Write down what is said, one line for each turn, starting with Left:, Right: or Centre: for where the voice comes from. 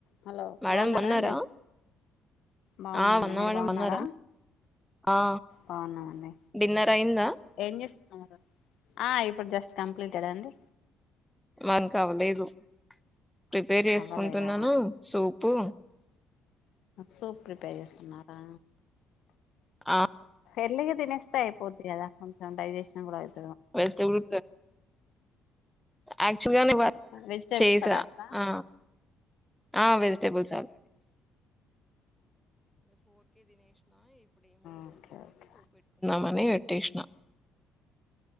Left: Hello
Centre: madam
Left: బాగున్నారా
Centre: బన్నారా
Left: అండి బాగున్నామండి
Centre: ఆ బన్నా
Left: మీరు
Centre: మేడం
Left: బాగున్నారా
Centre: బన్నారా ఆ
Left: బాగున్నామండి
Centre: డిన్నర్ అయిందా
Left: ఏం చేస్తున్నారు ఆ ఇప్పుడు జస్ట్ కంప తడా అండి
Centre: మనికి కావలేదు ప్రిపేర్ చేసుకుంటున్నాను
Left: అవ్వలేదా
Centre: సూప్ ప్పు
Left: సూప్ ప్రిపేర్ చేస్తున్నారా
Centre: ఆ
Left: ఎర్లీగా తినస్తస్తాయిపోద్ అదా డిజెషన్ కూడా అయిది
Centre: వస్త ఎడు అ గాని
Left: వెజిటేబుల్
Centre: చేసా
Left: సలాడ్సా
Centre: ఆ ఆ వెజిటబుల్
Left: ఓకే ఓకే
Centre: మనే వెట్టేష్ణ